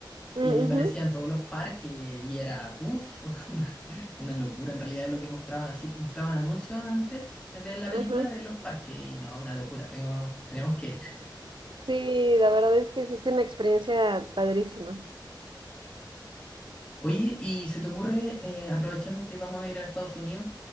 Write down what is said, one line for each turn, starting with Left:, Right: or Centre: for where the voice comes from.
Right: Mm,
Left: y ahí aparecían
Right: ujú,
Left: todos los parques y era, uff, <laughs> una, una locura en realidad lo que mostraban así, mostraban anuncios antes de la película
Right: ajá.
Left: de los parques y no, una locura, tengo, tenemos que ir.
Right: Sí, la verdad es que sí es una experiencia padrísima.
Left: Oye, ¿y se te ocurre, eh, aprovechando que vamos a ir a Estados Unidos,